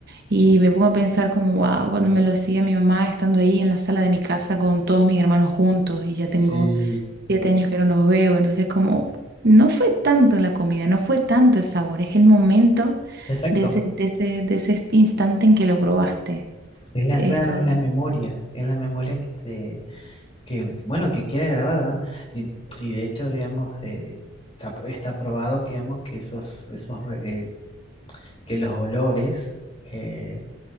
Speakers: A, on the right (about 50°); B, on the left (about 25°).
A: Y me pongo a pensar como, wow, cuando me lo hacía mi mamá estando ahí en la sala de mi casa con todos mis hermanos juntos y ya tengo
B: Sí,
A: siete años que no los veo, entonces como, no fue tanto la comida, no fue tanto el sabor, es el momento
B: Exacto.
A: de ese, de ese, de ese instante en que lo probaste.
B: Es la, claro,
A: Está,
B: es la memoria, es la memoria que te, que, bueno, que queda grabada. Y, y de hecho, digamos, eh, está, está probado, digamos, que esos, esos eh, que los olores eh,